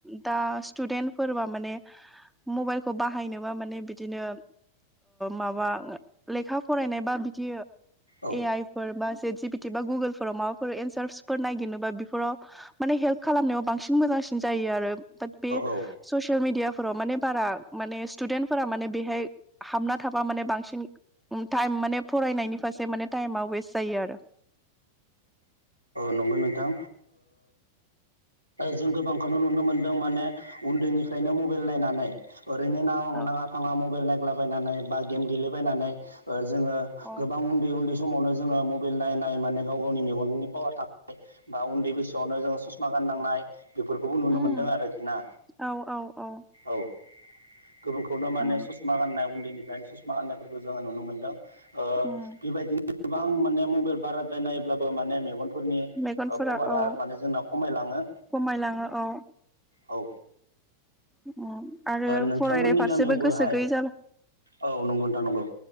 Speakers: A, in the centre; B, on the right.
A: दा स्टुदेन्ट फोरबा माने मबाइलखौ बाहायनोबा माने बिदिनो माबा लेखा फरायनाय बा बिदि
B: औ
A: ए आइ फोर बा जि पिटि बा गुगोलफोराव माबा फोर एनसार्सफोर ननायागिरनोबा बेफोराव माने हेल्प खालामनायाव बांसिन मोजांसिन जायो आरो दा बे
B: औ
A: ससियेल मिडिया फोराव माने बारा माने स्टुडेन्टफोरा माने बेहाय हाबना थाबा माने बांसिन टाइम माने फरायनायनि फारसे माने टाइमा वेस्त जायो आरो
B: नंगौ नोंथां जों गोबांखौनो नुनो मोनदों माने उन्दैनिफ्रायनो मबाइल नायनानै ओरैनो न
A: औ
B: नांङा फाङा मबाइल नायगलाबायनानै बा गेम गेलेबायनानै जोङो
A: औ
B: गोबां उन्दै उन्दै समावनो जोङो मबाइल नाय नाय माने गाव गावनि मेगननि पार थांनाय बा उन्दै बैसोआवनो जोङो ससमा गाननांनाय बेफोरखौबो नुनो
A: उम
B: मोनदों आरोखि ना
A: औ औ औ
B: औ गुबुनखौनो माने
A: औ
B: ससमा गाननाय उन्दैनिफ्रायनो ससमा गाननायफोरखौ जोङो नुनो मोनदों ओ
A: उम।
B: बेबायदिनो गोबां माने मबाइल बाराद्राय नायोब्लाबो माने मेगन फोरनि
A: मेगनफोरा
B: पावारा
A: औ
B: माने जोंनाव खमायलाङो
A: खमायलाङो औ
B: औ
A: उम आरो
B: नोंथांमोननि
A: फरायनाय फारसेबो
B: गामियावबोहाय
A: गोसो गैयै जाला
B: औ नंगौ नोथां नंगौ